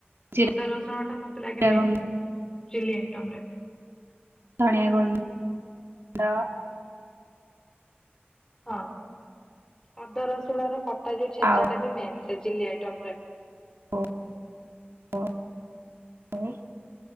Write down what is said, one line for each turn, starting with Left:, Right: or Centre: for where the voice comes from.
Right: ଜିରା
Left: ଅଦା ରସୁଣ ଟା ମତେ ଲାଗେ ମେନ୍
Right: ଗୁଣ୍ଡ
Left: ଚିଲି ଆଇଟମ୍ ରେ
Right: ଧଣି ଗୁଣ୍ଡ ଡ
Left: ହଁ ଅଦା ରସୁଣ ର କଟା ଯେ ଛେଚା
Right: ଆଉ
Left: ଟା ବି ମେନ୍ ସେ ଚିଲି ଆଇଟମରେ।
Right: ଅ ଅ ହଉ